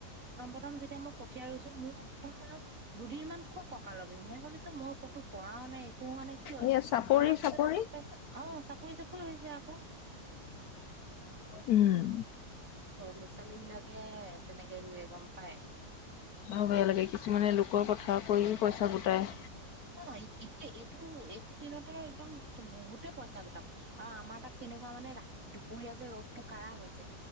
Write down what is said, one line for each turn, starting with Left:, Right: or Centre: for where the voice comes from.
Right: প্ৰমম প্ৰথম যেতিয়া মই কঠ- ঠিয়া ৰুইছো মোৰ দুদিন মান খুব ককালৰ বিষ মই ভাবিছো মই ক'তো পৰাও নাই পোওৱা নাই কিয়
Left: এই চাপৰি
Right: তাৰ পিছতে
Left: চাপৰি
Right: গম পাইছ অ চাপৰি চাপৰি হৈছে আকৌ
Left: উম
Right: সৰু ল'ৰা ছোৱালী বিলাকে তেনেকে ৰুয়ে গম পায়
Left: আৰু বেয়া লাগে কিছুমানে লোকৰ কথা কও পইচা গোটাই
Right: অ এতিয়া এইটো এইটো দিনত আৰু একদম বহুতে পইচা গোটাব আৰু আমাৰ তাত কেনে- কোৱা মানে দুপৰীয়া যে ৰ'দ টো কাৰা হৈ যে